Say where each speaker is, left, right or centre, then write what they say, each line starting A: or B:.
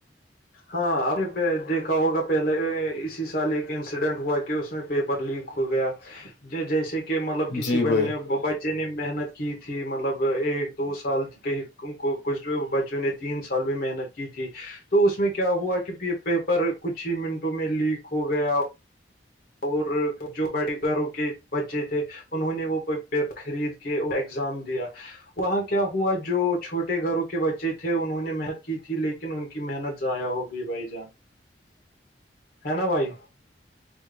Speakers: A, on the left; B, on the left.
A: ہاں آپ نے دیکھا ہوگا پہلے اسی سال ایک انسیڈنٹ ہوا کہ اس میں پیپر لیک ہو گیا جیسے کہ مطلب کسی
B: جی
A: ب بچے
B: بھائی
A: بچے نے محنت کی تھی مطلب ایک دو سال کہ کچھ بچوں نے تین سال بھی محنت کی تھی تو اس میں کیا ہوا کہ پیپر کچھ ہی منٹوں میں لیک ہو گیا اور جو بڑے گھروں کے بچے تھے انہوں نے وہ پیپر خرید کے ایگزام دیا وہاں کیا ہوا جو چھوٹے گھروں کے بچے تھے انہوں نے محنت کی تھی لیکن لیکن ان کی محنت ضائع ہوگیی بھائی جان
B: <inaudible>
A: ہے نا بھائی